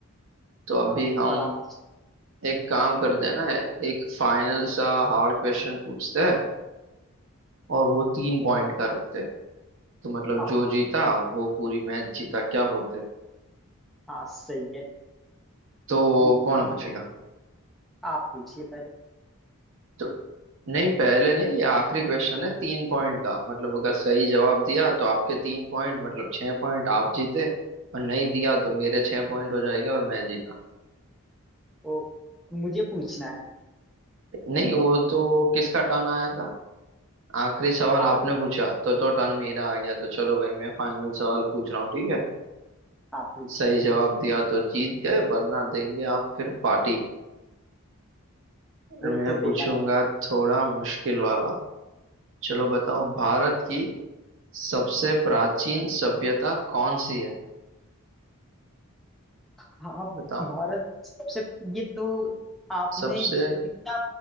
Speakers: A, on the right; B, in the centre.
A: तो अभी
B: हाँ
A: हम
B: बराबर
A: एक काम करते हैं ना एक फाइनल सा हार्ड क्वेश्चन पूछते हैं और वो तीन पॉइंट का रखते हैं तो मतलब
B: हाँ,
A: जो जीता वो पूरी मैच जीता क्या होते हैं
B: हाँ सही है
A: तो
B: पूछ
A: कौन
B: आप
A: पूछेगा
B: आप पूछिए पहले
A: तो नहीं पहले नहीं ये आखिरी क्वेश्चन है तीन पॉइंट का मतलब अगर सही जवाब दिया तो आपके तीन पॉइंट मतलब छह पॉइंट आप जीते और नहीं दिया तो मेरे छह पॉइंट हो जाएंगे और मैं जीता
B: वो मुझे पूछना है
A: नहीं वो तो किसका टर्न आया था आखिरी सवाल
B: आप
A: आपने पूछा तो तो टर्न मेरा आ गया तो चलो भाई मैं फाइनल सवाल पूछ रहा हूँ ठीक है
B: आप पूछिए
A: सही जवाब दिया तो जीत गए वरना देंगे आप फिर पार्टी और
B: वो
A: मैं
B: तो
A: पूछूंगा
B: देना ही
A: थोड़ा मुश्किल वाला चलो बताओ भारत की सबसे प्राचीन सभ्यता कौन सी है
B: पड़ेगा आप
A: बताओ
B: भारत सबसे ये तो आपने
A: सबसे
B: ज, इतना